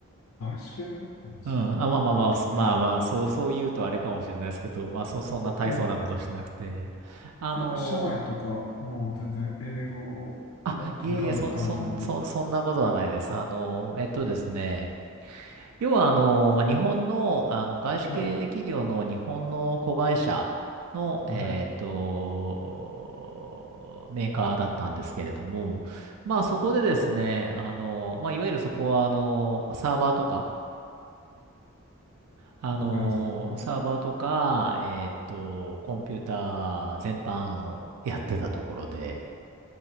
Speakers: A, on the left; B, on the right.
A: アイス系なんですね。
B: うん。あ、まあまあまあ、そまあまあ、
A: え
B: そう、そう言うとあれかもしれないですけど、まあ、そ、そんな大層なことしてなくて。
A: えええ
B: あの
A: ええええ、社内とか、もう全然英語が飛び交う環境で。
B: あ、いえいえ、そ、そん、そん、そんなことはないです。あの、えっとですね、要は、あの、まあ、日本の、あの、外資系企業の日本の子会社の、
A: はい、はい。
B: えっと、メーカーだったんですけれども、まあ、そこでですね、
A: あ、
B: あの、まあ、いわゆるそこは、あの、サーバーとか、あの、
A: わかります。うん。
B: サーバーとか、えっと、コンピューター全般をやってたところで、